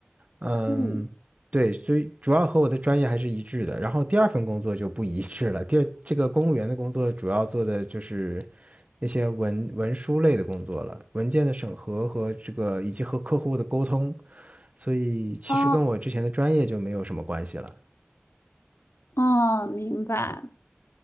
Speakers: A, on the right; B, on the left.
A: 嗯，
B: 嗯，
A: 对，所以主要和我的专业还是一致的。然后第二份工作就不一致了。第二，这个公务员的工作主要做的就是那些文文书类的工作了，文件的审核和这个以及和客户的沟通，所以其实跟我之前的专业就没有什么关系了。
B: 哦，哦，明白。